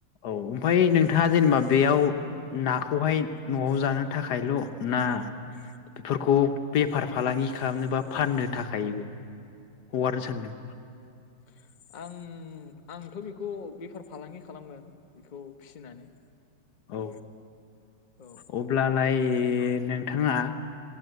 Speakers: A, on the left; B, on the left.
A: औ ओमफाय नोंथाङा जेनेबा बेयाव नाखौहाय न'आव जानो थाखायल' ना बिफोरखौ बेफार फालांगि खालामनो बा फाननो थाखाय हगारनो सानदों?
B: <inaudible> आं आंथ' बिखौ बेफार फालांगि खालामगोन बिखौ फिसिनानै।
A: औ
B: औ
A: अब्लालाय नोंथाङा